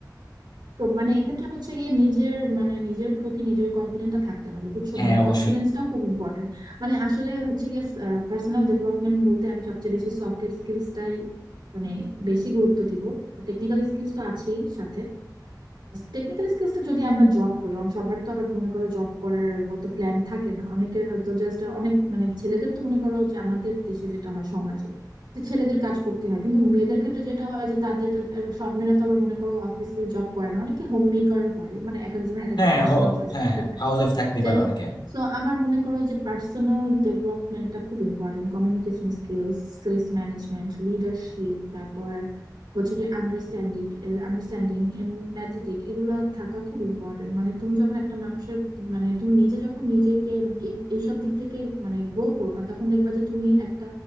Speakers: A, on the right; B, on the left.
A: তো মানে এক্ষেত্রে হচ্ছে গিয়ে নিজের মানে নিজের প্রতি নিজের কনফিডেন্টটা থাকতে হবে বুঝছো
B: হ্যাঁ
A: মানে
B: অবশ্যই
A: কনফিডেন্সটা খুব ইম্পর্টেন্ট মানে আসলে হচ্ছে গিয়ে পার্সোনাল ডেভেলপমেন্ট বলতে আমি সবচেয়ে বেশি সফট স্কিলসটাই মানে বেশি গুরুত্ব দিব টেকনিক্যাল স্কিলস তো আছেই সাথে টেকনিক্যাল স্কিলসটা যদি আমরা জব করি অন- সবার তো আবার মনে করো জব করার হয়তো প্ল্যান থাকে না অনেকের হয়তো জাস্ট অনেক মানে ছেলেদের তো মনে করো যে আমাদের দেশে যেটা হয় সমাজে যে ছেলেদের কাজ করতে হয় কিন্তু মেয়েদের ক্ষেত্রে যেটা হয় যে তাদের তো- আর সব মেয়েরা তো আবার মনে করো অফিসে জব করে না অনেকে হোম মেকার হয় মানে এক একজনের এক একটা
B: হ্যাঁ
A: পার্সোনাল
B: হ
A: চয়েস
B: হ্যাঁ
A: থাকে
B: হ্যাঁ হাউস ওয়াইফ থাকতেই
A: যাই
B: পারে
A: হোক
B: অনেকে
A: তো আমার মনে করো যে পার্সোনাল ডেভেলপমেন্টটা খুব important communication skills stress management leadership তারপর হচ্ছে কি আন্ডারস্ট্যান্ডিং আন্ডারস্ট্যান্ডিং এমপ্যাথেটিক এগুলো থাকা খুব ইম্পর্টেন্ট মানে তুমি যখন একটা মানুষের মানে তুমি নিজে যখন নিজেকে এই এইসব দিক থেকে মানে গ্রো করবা তখন দেখবা যে তুমি একটা